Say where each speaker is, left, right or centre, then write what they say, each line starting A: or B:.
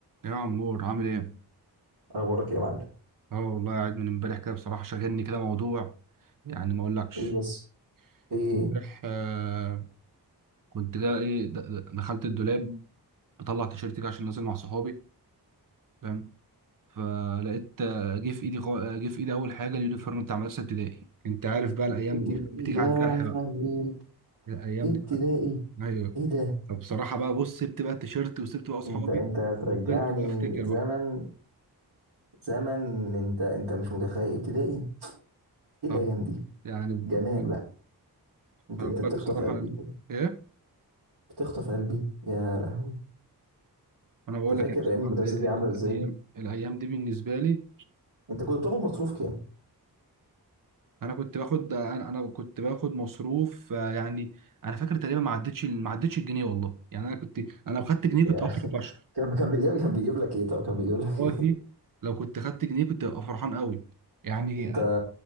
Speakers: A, on the right; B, on the right.
A: يا عمور عامل ايه؟
B: اخبارك يا معلم
A: اه والله قاعد من امبارح كده بصراحة شاغلني كده موضوع يعني ما اقولكش
B: ايه بس ايه
A: امبارح آه، كنت جا ايه د- د- دخلت الدولاب بطلع تيشيرت كده عشان نازل مع صحابي فاهم فلقيت آه، جه في ايدي غا- جه في ايدي اول حاجة اليونيفورم بتاع مدرسة ابتدائي انت عارف بقى الايام
B: ابتدائي
A: دي بتيجي
B: يا
A: على الجرح بقى
B: لهوي
A: الايام
B: ابتدائي
A: دي ايوه
B: ايه ده
A: فبصراحة بقى بص سبت بقى التيشيرت وسبت بقى اصحابي
B: انت انت ترجعني
A: وفضلت بقى افتكر
B: زمن
A: بقى
B: زمن انت انت مش متخيل ابتدائي ايه
A: اه
B: الايام دي
A: يعني ب-
B: جمال
A: ما
B: بقى انت
A: أنا
B: انت
A: بقول
B: بتخطف
A: لك بصراحة
B: قلبي كده،
A: ايه
B: بتخطف قلبي يا لهوي
A: انا بقول
B: انت
A: لك
B: فاكر
A: يعني بصراحة
B: ايام المدرسه
A: ال-
B: دي
A: ال-
B: عامله
A: الايام
B: ازاي
A: الايام دي بالنسبه لي
B: انت كنت بتاخد مصروف كام
A: انا كنت باخد انا أنا كنت باخد مصروف آه، يعني انا فاكر تقريبا ما عدتش ال- ما عدتش الجنيه والله يعني انا كنت انا لو خدت جنيه
B: يا.
A: كنت باخد
B: <laughs>
A: فشخ
B: كان كان بيجيب كان بيجيب لك ايه طب كان بيجيب لك
A: والله
B: ايه
A: لو كنت خدت جنيه كنت ابقى فرحان قوي يعني
B: <laughs>
A: آه،
B: انت